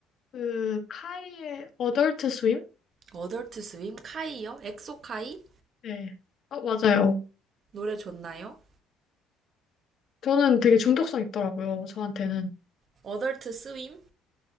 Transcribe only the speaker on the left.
그, 카이의 어덜트 스윕?
네. 아, 맞아요.
저는 되게 중독성 있더라고요. 저한테는.